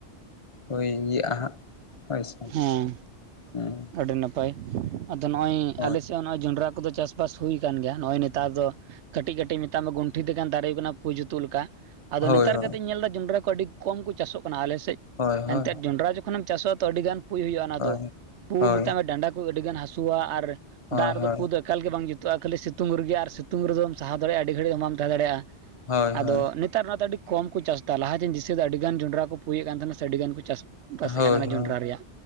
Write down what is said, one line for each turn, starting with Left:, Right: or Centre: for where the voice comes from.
Left: ᱦᱳᱭ ᱤᱭᱟᱹᱜᱼᱟ ᱦᱟᱸᱜ ᱦᱳᱭ ᱥᱮ,
Right: ᱦᱮᱸ᱾
Left: ᱦᱩᱸ᱾
Right: ᱟᱹᱰᱤ ᱱᱟᱯᱟᱭ ᱟᱫᱚ ᱱᱚᱜᱼᱚᱭ
Left: ᱦᱳᱭ
Right: ᱟᱞᱮ ᱥᱮᱫ ᱦᱚᱸ ᱱᱚᱜᱼᱚᱭ ᱡᱚᱸᱰᱨᱟ ᱠᱚᱫᱚ ᱪᱟᱥᱼᱼ ᱪᱟᱥ ᱵᱟᱥ ᱦᱩᱭ ᱟᱠᱟᱱ ᱜᱮᱭᱟ ᱱᱚᱜ-ᱚᱭ ᱱᱮᱛᱟᱨ ᱫᱚ ᱠᱟᱹᱴᱤᱡ ᱠᱟᱹᱴᱤᱡ ᱢᱮᱛᱟᱢ ᱢᱮ ᱜᱚᱱᱴᱷᱮ ᱞᱮᱠᱟᱱ ᱫᱟᱨᱮ ᱠᱟᱱᱟ ᱯᱩ ᱡᱩᱛᱩᱜ ᱞᱮᱠᱟ᱾ ᱟᱫᱚ
Left: ᱦᱳᱭ
Right: ᱱᱮᱛᱟᱨ
Left: ᱦᱳᱭ
Right: ᱠᱟᱹᱴᱤᱡ ᱤᱧ ᱧᱮᱞ ᱮᱫᱟ ᱡᱚᱸᱰᱨᱟ ᱠᱚ ᱟᱹᱰᱤ ᱠᱚᱢ ᱠᱚ ᱪᱟᱥᱚᱜ ᱠᱟᱱᱟ ᱟᱞᱮ ᱥᱮᱫ
Left: ᱦᱳᱭ ᱦᱳᱭ
Right: ᱮᱱᱛᱮᱫ ᱡᱚᱸᱰᱨᱟ ᱡᱚᱠᱷᱚᱱ ᱮᱢ ᱪᱟᱥᱚᱜ-ᱟ ᱛᱚ ᱟᱹᱰᱤ ᱜᱟᱱ ᱯᱩᱭ ᱦᱩᱭᱩᱜ-ᱟ ᱚᱱᱟ
Left: ᱦᱳᱭ
Right: ᱫᱚ ᱯᱩ
Left: ᱦᱳᱭ
Right: ᱢᱮᱛᱟᱜ ᱢᱮ ᱰᱟᱸᱰᱟ ᱠᱚ ᱟᱹᱰᱤ ᱜᱟᱱ ᱦᱟᱹᱥᱩᱣᱟ ᱟᱨᱼᱼ
Left: ᱦᱳᱭ
Right: ᱫᱟᱜ ᱨᱮ
Left: ᱦᱳᱭ
Right: ᱫᱚ ᱯᱩ ᱫᱚ ᱮᱠᱟᱞ ᱜᱮ ᱵᱟᱝ ᱡᱩᱛᱩᱜᱼᱟ ᱠᱷᱟᱹᱞᱤ ᱥᱤᱛᱩᱝ ᱨᱮᱜᱮ ᱟᱨ ᱥᱤᱛᱩᱝ ᱨᱮᱫᱚᱼᱼ ᱥᱟᱦᱟᱣ ᱫᱟᱲᱮᱭᱟᱜ-ᱟ ᱟᱹᱰᱤ ᱜᱷᱟᱹᱲᱤᱡ ᱦᱚᱸ ᱵᱟᱢ ᱛᱟᱦᱮᱸ ᱫᱟᱲᱮᱭᱟᱜᱼᱟ
Left: ᱦᱳᱭ ᱦᱳᱭ
Right: ᱟᱫᱚ
Left: ᱦᱳᱭ
Right: ᱱᱮᱛᱟᱨ ᱚᱱᱟ ᱛᱮ ᱟᱹᱰᱤ ᱠᱚᱢ ᱠᱚ ᱪᱟᱥ ᱮᱫᱟ ᱞᱟᱦᱟ ᱡᱟᱧ ᱫᱤᱥᱟᱹ ᱭᱮᱫᱟ ᱟᱹᱰᱤ ᱜᱟᱱ ᱡᱚᱸᱰᱨᱟ ᱠᱚ ᱯᱩᱭᱮᱫ ᱠᱟᱱ ᱛᱟᱦᱮᱱᱟ ᱥᱮ ᱟᱹᱰᱤ ᱜᱟᱱ ᱠᱚ ᱪᱟᱥ ᱵᱟᱥᱮᱫ
Left: ᱦᱳᱭ ᱦᱳᱭ
Right: ᱠᱟᱱ ᱛᱟᱦᱮᱱᱟ
Left: ᱦᱳᱭ
Right: ᱡᱚᱸᱰᱨᱟ ᱨᱮᱭᱟᱜ᱾